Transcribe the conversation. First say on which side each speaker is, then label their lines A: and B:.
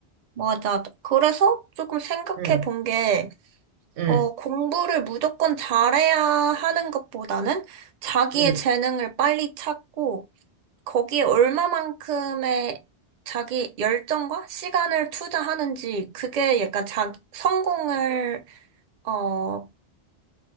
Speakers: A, on the right; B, on the right.
A: 맞아. 그래서 조금 생각해
B: 응,
A: 본 게,
B: 응,
A: 어, 공부를 무조건 잘해야 하는 것보다는 자기의
B: 응.
A: 재능을 빨리 찾고, 거기에 얼마만큼의 자기 열정과 시간을 투자하는지, 그게 약간 자, 성공을, 어,